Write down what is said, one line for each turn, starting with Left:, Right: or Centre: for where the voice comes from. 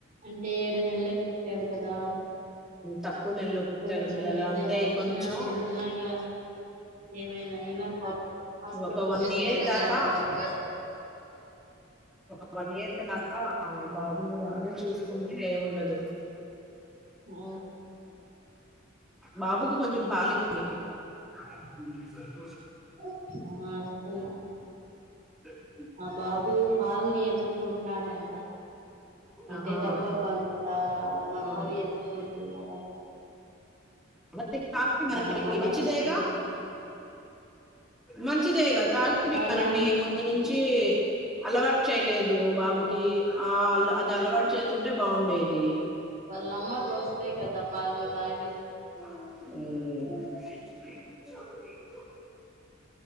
Right: అంటే ఏడు నెలకి పుట్టాడు కదా
Centre: తక్కువ నెలలో పుట్టాన
Right: కొంచెం
Centre: పిల్లలు
Right: ఏదైనా
Centre: అంతే
Right: వచ్చినా
Centre: కొంచెం
Right: చిన్నగా ఏమైనా అయినా పాపం హాస్పిటల్
Centre: ఒక వన్
Right: తీసుకెళ్తున్నారు
Centre: ఇయర్ దాక
Right: పాపం
Centre: ఒక వన్ ఇయర్ దాక బాబుని <unintelligible> చూసుకుంటే ఉండదు
Right: ఓ
Centre: బాబుకి కొంచం పాలి <unintelligible>
Right: ఆ ఇస్తున్నా
Centre: ఉ
Right: ఆ బాబు పాలిని ఎతుక్కుంటున్నాడంట అంటే
Centre: ఆహా
Right: డబ్బా పాలు కదా వాళ్ళ
Centre: ఆ,
Right: అమ్మవి ఎత్తుకుంటున్నాడంట
Centre: ఓకే
Right: అమ్మమ్మ
Centre: మంచిదేగా
Right: చెప్పి
Centre: మంచిదేగా తాగ <unintelligible>
Right: వాళ్ళమ్మ
Centre: <unintelligible> ముందు నుం చీ అలవాటు చేయలేదు బాబు కి ఆ ఆది అలవాటు <unintelligible> టే బాగుండేది
Right: వాళ్ళమ్మకు <unintelligible>
Centre: హు